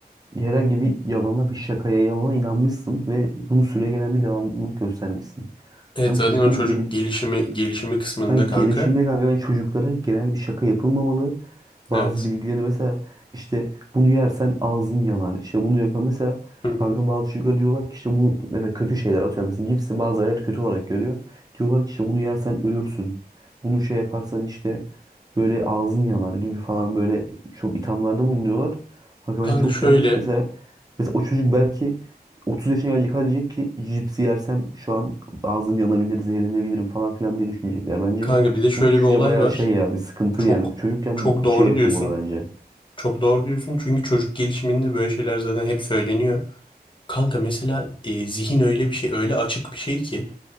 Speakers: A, on the right; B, on the left.
A: herhangi bir yalana bir şakaya yalana inanmışsın ve bunu süregelen bir devamlılık göstermişsin.
B: Evet
A: Hani
B: zaten
A: çocuğun
B: o çocuk
A: gele-
B: gelişimi gelişimi kısmında
A: Kanka
B: kanka.
A: gelişimde kanka ben çocuklara genel bir şaka yapılmamalı. Bazı
B: Evet.
A: bilgilerini mesela işte bunu yersen ağzın yanar. İşte bunu yapar. Mesela
B: Hı hı.
A: kanka bazı çocuklar diyorlar ki işte bu mesela kötü şeyler atıyor. Mesela cipsi bazı aileler kötü olarak görüyor. Diyorlar ki işte bunu yersen ölürsün. Bunu şey yaparsan işte böyle ağzın yanar gibi falan böyle çok ithamlarda bulunuyorlar. Kanka
B: Kanka
A: ben çok
B: şöyle
A: yanlış. Mesela mesela o çocuk belki 30 yaşına gelecek, gelecek ki cipsi yersem şu an ağzım yanabilir, zehirlenebilirim falan filan diye düşünecekler. Bence
B: kanka bir de şöyle
A: bu düşünce
B: bir olay
A: bayağı
B: var.
A: şey ya bir sıkıntı
B: Çok
A: yani. Çocukken
B: çok doğru
A: şey yapılmalı
B: diyorsun.
A: bence.
B: Çok doğru diyorsun çünkü çocuk gelişiminde böyle şeyler zaten hep söyleniyor. Kanka mesela e, zihin öyle bir şey öyle açık bir şey ki